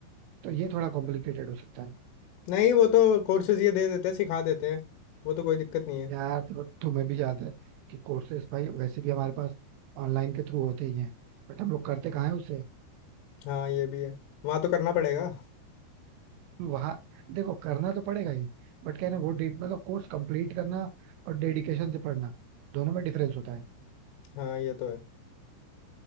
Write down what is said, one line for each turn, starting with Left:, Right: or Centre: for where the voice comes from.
Right: तो ये थोड़ा कॉम्प्लिकेटेड हो सकता है
Left: नहीं वो तो कोर्सेज ये दे देते हैं सिखा देते हैं वो तो कोई दिक्कत नहीं है
Right: यार तो तुम्हें भी याद है कि कोर्सेज भाई वैसे भी हमारे पास ऑनलाइन के थ्रू होते ही हैं बट हम लोग करते कहाँ है उसे
Left: हाँ ये भी है वहाँ तो करना पड़ेगा
Right: वहां देखो करना तो पड़ेगा ही बट क्या है ना वो डेट मतलब कोर्स कंप्लीट करना और डेडिकेशन से पढ़ना दोनों में डिफरेंस होता है
Left: हाँ ये तो है